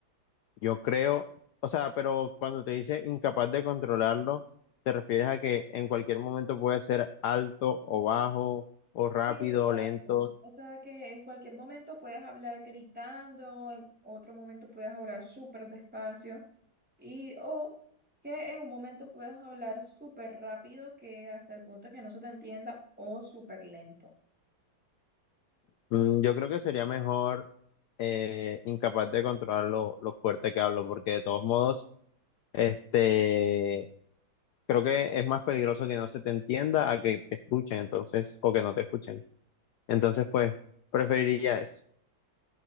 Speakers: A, on the left; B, in the centre.
A: yo creo, o sea, pero cuando te dice incapaz de controlarlo, ¿te refieres a que en cualquier momento puede ser alto o bajo, o rápido
B: Sí, exacto.
A: o lento?
B: O sea que en cualquier momento puedes hablar gritando, o en otro momento puedes hablar súper despacio, y o que en un momento puedas hablar súper rápido que hasta el punto que no se te entienda, o súper lento.
A: Mm, Yo creo que sería mejor eh, incapaz de controlar lo, lo fuerte que hablo, porque de todos modos, este, creo que es más peligroso que no se te entienda a que te escuchen, entonces, o que no te escuchen. Entonces, pues, preferiría eso.